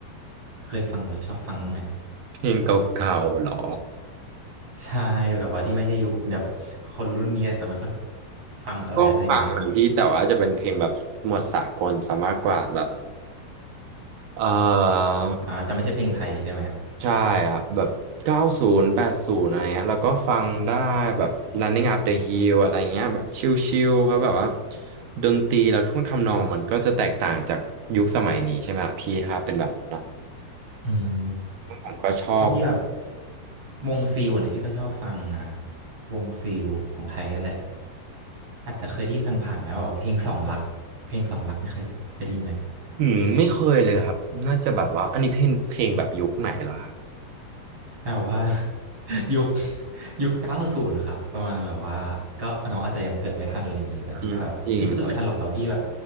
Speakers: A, on the right; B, on the right.
A: เคยฟังหรือว่าชอบฟังบ้างไหม
B: เพลงเก่าๆหรอ
A: <laughs> ใช่แบบว่าที่ไม่ใช่ยุคแบบคนรุ่นนี้อาจจะไม่ค่อยฟังกันแล้วอะไรเงี้ย
B: ก็ฟังพี่แต่ว่าจะเป็นเพลงแบบหมวดสากลซะมากกว่าแบบ เอ่อ
A: อ่าจะไม่ใช่เพลงไทยใช่ไหม
B: ใช่ครับแบบเก้าศูนย์แปดศูนย์อะไรเงี้ยแล้วก็ฟังได้แบบ Running Up the Hill อะไรเงี้ยแบบชิลๆเพราะแบบว่าดนตรีแล้วท่วงทำนองมันก็จะแตกต่างจากยุคสมัยนี้ใช่ไหมครับพี่ถ้าเป็นแบบนั้นนะ
A: อืม
B: ผมก็ชอบแบบ
A: เพราะพี่แบบวงซิลเนี่ยพี่ก็ชอบฟังนะวงซิลของไทยนั่นแหละอาจจะเคยได้ยินผ่านๆไหมว่าเพลงสองรักเพลงสองรักนี่เคยเคยได้ยินไหม
B: อืมไม่เคยเลยครับน่าจะแบบว่าอันนี้เพลงเพลงแบบยุคไหนเหรอครับ
A: แปลว่า <laughs> ยุคยุคเก้าศูนย์ครับประมาณแบบว่าก็น้องอาจจะยังเกิดไม่ทันอะไรอย่างนี้แต่พี่ก็แบบพี่ก็เกิดไม่ทันหรอกแต่ว่าพี่แบบ
B: อืมจริงครับ